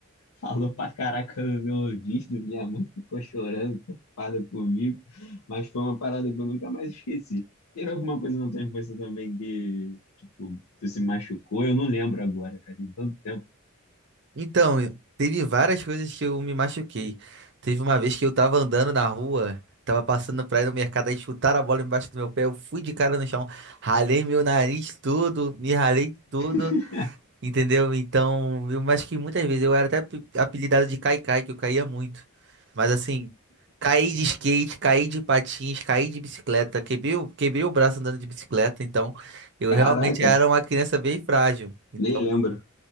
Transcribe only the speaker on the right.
Então, e- teve várias coisas que eu me machuquei. Teve uma vez que eu tava andando na rua, tava passando pra ir no mercado, aí chutaram a bola embaixo do meu pé, eu fui de cara no chão, ralei meu nariz todo, me ralei todo.
Entendeu? Então, eu acho que muitas vezes eu era até ape- apelidado de caicai que eu caía muito. Mas assim, caí de skate, caí de patins, caí de bicicleta, quebrei, o- quebrei o braço andando de bicicleta. Então, eu
realmente era uma criança bem frágil. Então,